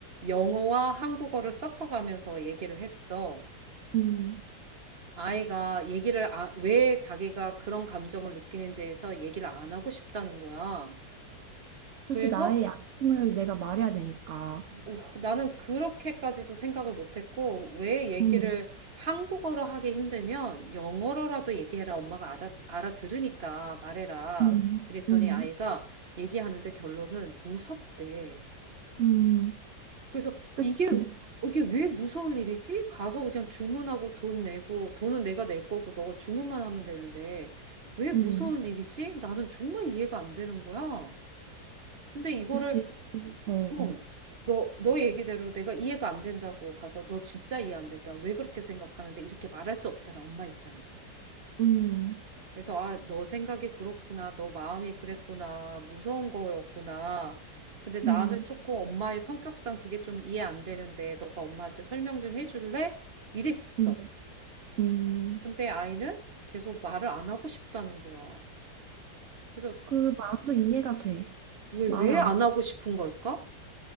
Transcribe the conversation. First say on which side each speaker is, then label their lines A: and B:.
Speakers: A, on the right; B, on the right.
A: 영어와 한국어를 섞어가면서 얘기를 했어.
B: 음.
A: 아이가 얘기를 아- 왜 자기가 그런 감정을 느끼는지에서 얘기를 안 하고 싶다는 거야.
B: 그렇지,
A: 그래서
B: 나의 약점을 내가 말해야 되니까.
A: 어, 나는 그렇게까지도 생각을 못했고 왜 얘기를
B: 음,
A: 한국어로 하기 힘들면 영어로라도 얘기해라. 엄마가 알아, 알아들으니까 말해라.
B: 음,
A: 이랬더니
B: 음,
A: 아이가 얘기하는데 결론은 무섭대.
B: 음.
A: 그래서
B: 그치,
A: 이게 이게 왜 무서울 일이지? 가서 그냥 주문하고 돈 내고 돈은 내가 낼 거고 너가 주문만 하면 되는데 왜 무서울
B: 음,
A: 일이지? 나는 정말 이해가 안 되는 거야. 근데 이거를
B: 그치, 그치. 어,
A: 응, 너, 너 얘기대로 내가 이해가 안 된다고 가서 너 진짜 이해 안 된다. 왜 그렇게 생각하는데 이렇게 말할 수 없잖아. 엄마 입장에서.
B: 음,
A: 그래서 아, 너 생각이 그렇구나. 너 마음이 그랬구나. 무서운 거였구나. 근데 나는
B: 음,
A: 조금 엄마의 성격상 그게 좀 이해 안 되는데 너가 엄마한테 설명 좀 해줄래? 이랬어.
B: 음, 음.
A: 근데 아이는 계속 말을 안 하고 싶다는 거야. 그래서
B: 그 마음도 이해가 돼.
A: 왜,
B: 말
A: 왜
B: 안
A: 안
B: 하고
A: 하고
B: 싶어.
A: 싶은 걸까?